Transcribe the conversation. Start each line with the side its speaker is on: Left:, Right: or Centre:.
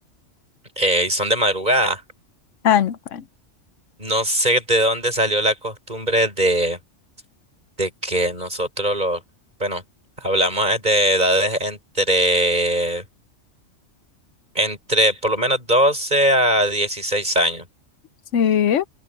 Right: eh, y son de madrugada.
Left: Ah, no, bueno.
Right: No sé de dónde salió la costumbre de, de que nosotros los, bueno, hablamos es de edades entre, entre por lo menos 12 a 16 años.
Left: Sí.